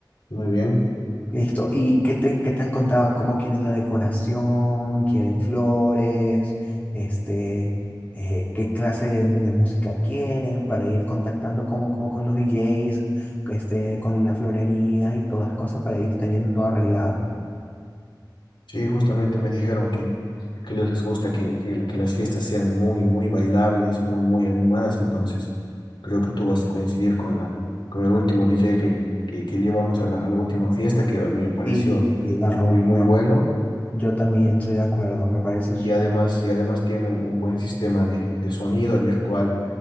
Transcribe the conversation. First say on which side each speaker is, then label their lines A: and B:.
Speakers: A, on the left; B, on the left.
A: Muy bien.
B: Listo. ¿Y qué te, qué te han contado? ¿Cómo quieren la decoración? ¿Quieren flores? Este, eh, ¿qué clase de, de música quieren para ir contactando como, como con los DJs, este, con la florería y todas cosas para ir teniendo todo arreglado?
A: Sí, justamente me dijeron que, que a ellos les gusta que, que, que las fiestas sean muy, muy bailables, muy, muy animadas. Entonces, creo que tú vas a coincidir con la, con el último DJ que, que, que llevamos a la, a la última fiesta, que a mí me pareció
B: Sí, sí, la
A: muy,
B: rompió.
A: muy bueno
B: Yo también estoy de acuerdo. Me parece.
A: y
B: su-
A: además, y además tiene un, un buen sistema de, de sonido en el cual